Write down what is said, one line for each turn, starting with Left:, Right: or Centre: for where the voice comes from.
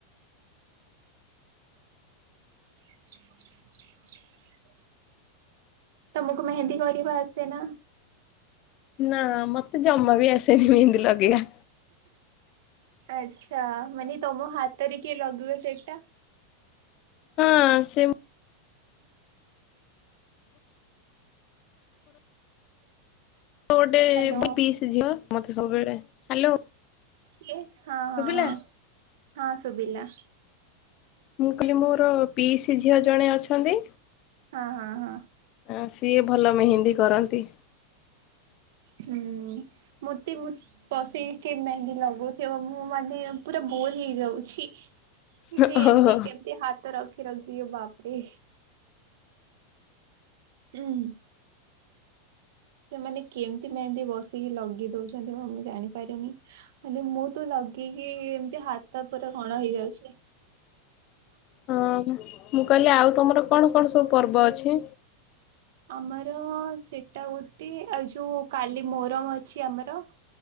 Right: <inaudible> ତମକୁ ମେହେନ୍ଦି କରିବା ଆସେ ନା
Left: ନା ନା ମତେ ଜମା ବି ଆସେନି ମେହେନ୍ଦୀ ଲଗେଇବା
Right: ଆଚ୍ଛା ମାନେ ତମ ହାତରେ କିଏ ଲଗିବ ସେଇଟା
Left: ହଁ ସେ ଗୋଟେ
Right: ହ୍ୟାଲୋ
Left: ପିସି ଝିଅ ମତେ ସବୁବେଳେ ହ୍ୟାଲୋ
Right: ହଁ ହଁ
Left: ଶୁଭିଲା?
Right: ହଁ ହଁ ସୁବିଲା,
Left: ମୁଁ କହିଲି ମୋର ପିଇସି ଝିଅ ଜଣେ ଅଛନ୍ତି।
Right: ହଁ ହଁ ହଁ।
Left: ଆ ସିଏ ଭଲ ମେହେନ୍ଦୀ କରନ୍ତି।
Right: ହୁଁ ମତେ ମୁଁ ବସେଇକି ମେହେନ୍ଦି ଲଗଉଥିବ, ମୁଁ ମାନେ ପୁରା ବୋର ହେଇଯାଉଛି। ମାନେ
Left: ଓହୋ
Right: ଏମତି କେମତି ହାତ ରଖି ରଖି ବାପରେ ହୁଁ। ସେମାନେ କେମିତି ମେହେନ୍ଦି ବସିକି ଲଗେଇ ଦେଉଛନ୍ତି, ମୁଁ ଜାଣିପାରେନି ମାନେ ମୁଁ ତ ଲଗ ଲଗେଇକି ଏମତି ହାତ ପୁରା କଣ ହେଇଯାଉଛି।
Left: ହଁ ମୁଁ କହିଲି ଆଉ ତମର କଣ କଣ ସବୁ ପର୍ବ ଅଛି?
Right: ଆମର ସେଟା ଗୋଟେ ଆଉ ଯୋ କାଲି ମୋର ଅଛି ଆମର